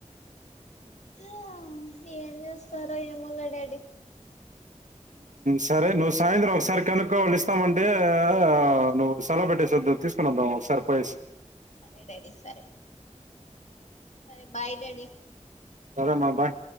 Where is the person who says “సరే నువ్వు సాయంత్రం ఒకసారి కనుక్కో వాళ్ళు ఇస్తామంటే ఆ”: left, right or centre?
Right